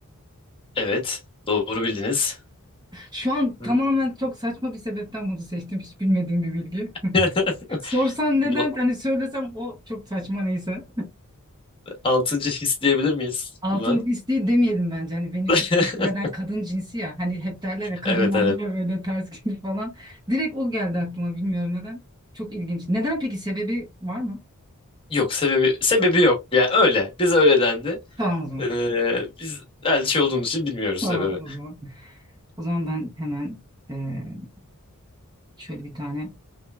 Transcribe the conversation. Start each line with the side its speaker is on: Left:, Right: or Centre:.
Left: Evet. Doğru bildiniz.
Right: Şu an tamamen
Left: Hı.
Right: çok saçma bir sebepten bunu seçtim. Hiç bilmediğim bir bilgi.
Left: <laughs>
Right: Sorsan neden
Left: Buna
Right: hani söylesem o çok saçma neyse.
Left: altıncı his diyebilir miyiz
Right: Altın
Left: buna?
Right: his değil demeyelim bence. Hani Venüs'ü
Left: <laughs>
Right: neden kadın cinsi ya. Hani hep derler ya kadınlar
Left: Evet evet.
Right: niye böyle ters gelir falan. Direkt o geldi aklıma bilmiyorum neden. Çok ilginç. Neden peki sebebi var mı?
Left: Yok sebebi sebebi yok. Yani öyle. Biz öyle dendi.
Right: Tamam o zaman.
Left: Ee, biz elçi olduğumuz için bilmiyoruz
Right: Tamam
Left: sebebi.
Right: o zaman. O zaman ben hemen eee, şöyle bir tane